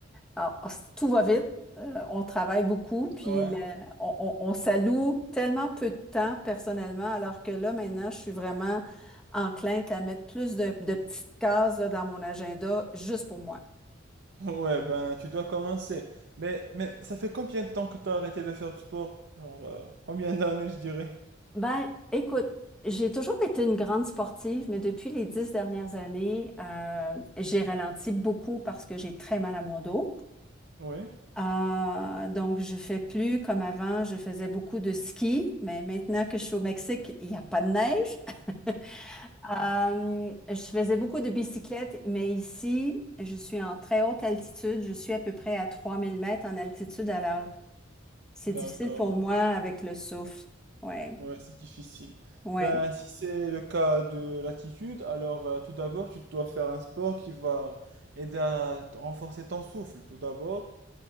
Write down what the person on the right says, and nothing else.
Ouais.
Ouais, ben, tu dois commencer. Mais, mais ça fait combien de temps que tu as arrêté de faire du sport? Genre, euh, combien d'années, je dirais?
Oui,
d'accord.
Ouais, c'est difficile.
Ben, si c'est le cas de l'attitude, alors euh, tout d'abord, tu dois faire un sport qui va aider à t- renforcer ton souffle, tout d'abord.